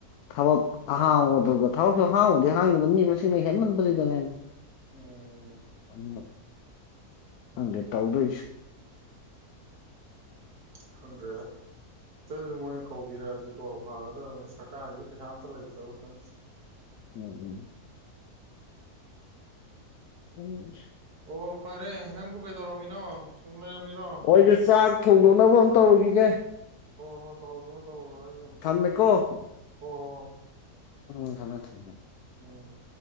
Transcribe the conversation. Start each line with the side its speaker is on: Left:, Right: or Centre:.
Left: ꯊꯕꯛ ꯑꯍꯥꯡꯕꯗꯨꯒ ꯊꯕꯛꯁꯨ ꯑꯍꯥꯡꯕꯗꯤ ꯍꯥꯡꯒꯗꯅ ꯃꯤ ꯃꯁꯤꯡꯅ ꯍꯦꯟꯃꯟꯕꯗꯨꯗꯅꯦ
Right: ꯎꯝ
Left: ꯎ ꯍꯪꯒꯦ ꯇꯥꯎꯗꯁ
Right: ꯊ꯭ꯔꯗ ꯈꯤꯇꯪꯁꯨ ꯃꯣꯏꯅ ꯀꯧꯕꯤꯔꯛꯑꯗꯤꯀꯣ ꯐꯒꯗꯕꯅꯦ ꯁꯔꯀꯥꯔꯒꯤ ꯄꯩꯁꯥ ꯑꯝꯇ ꯂꯩꯇ꯭ꯔꯕ ꯈꯪꯗ꯭ꯔꯦ
Left: ꯎꯝ ꯎꯝ ꯎꯝ
Right: ꯑꯣ ꯐꯔꯦ ꯅꯪꯕꯨ ꯀꯩꯗꯧꯔꯝꯃꯤꯅꯣ ꯁꯨꯝ ꯂꯩꯔꯝꯃꯤꯔꯣ
Left: ꯍꯣꯏꯁꯨ ꯆꯥꯛ ꯊꯣꯡꯗꯣꯛꯅꯕ ꯑꯃꯨ ꯇꯧꯔꯨꯈꯤꯒꯦ
Right: ꯍ ꯍꯣ ꯇꯧꯔꯣ ꯇꯧꯔꯣ ꯗ
Left: ꯊꯝꯃꯦꯀꯣ
Right: ꯑꯣ ꯍ
Left: ꯎꯝ ꯊꯝꯃꯦ ꯊꯃꯦ
Right: ꯎꯝ